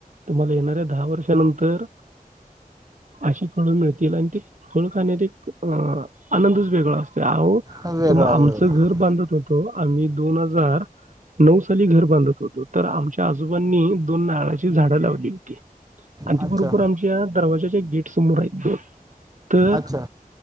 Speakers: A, on the right; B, on the right.
A: तुम्हाला येणाऱ्या दहा वर्षानंतर अशी फळ मिळतील आणि ते फळ खाण्यात एक अ आनंदच वेगळा असतोय. अहो
B: वेगळा
A: त आमचं
B: आहे वेगळा
A: घर
B: आहे.
A: बांधत होतो आम्ही दोन हजार नऊ सा खली घर बांधत होतो तर आमच्या आजोबांनी दोन नाळाची झाडं लावली होती. आणि
B: अच्छा
A: त्या बरोबर आमच्या दरवाज्याच्या गेट समोर हायत दोन. तर
B: अच्छा